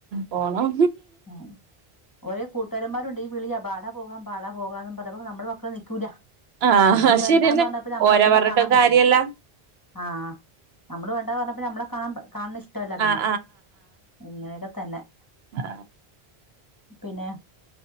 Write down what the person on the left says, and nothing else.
ഉം ഒര കൂട്ടുകാരന്മാരുണ്ട് ഈ വിളിയാ പാടാ പോകാം പാടാ പോകാം പറപ്പ നമ്മടെ മക്കള നിൽക്കൂല്ല
നമ്മള്
വേണ്ടന്ന്
പറഞ്ഞപ്പ നമ്മളെ
പിന്നെ
കാണാൻ പറ്റൂല
ആ നമ്മള് വേണ്ട പറഞ്ഞപ്പ നമ്മളെ കാണാൻ കാണന്ന ഇഷ്ടല്ല പിന്നെ
ഇങ്ങനെയൊക്കെ തന്നെ
പിന്നെ